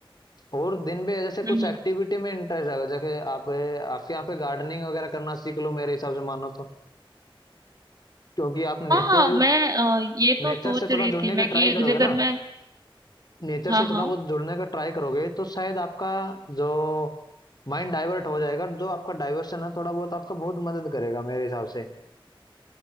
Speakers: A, on the left; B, on the right.
A: और दिन में जैसे कुछ
B: हम्म
A: एक्टिविटी
B: हम्म।
A: में इंटरेस्ट आएगा जैसे आप आपके यहाँ पे गार्डनिंग वगैरह करना सीख लो मेरे हिसाब से मानो तो क्योंकि आप नेचुरल
B: हाँ हाँ मैं अ, ये तो
A: नेचर
B: सोच
A: से
B: रही
A: थोड़ा जुड़ने
B: थी
A: का
B: मैं कि
A: ट्राई
B: एक
A: करोगे
B: जगह
A: ना
B: मैं
A: नेचर
B: हाँ
A: से थोड़ा
B: हाँ
A: बहुत जुड़ने का ट्राई करोगे तो शायद आपका जो माइंड डाइवर्ट हो जाएगा जो आपका डाइवर्शन है थोड़ा बहुत आपका बहुत मदद करेगा मेरे हिसाब से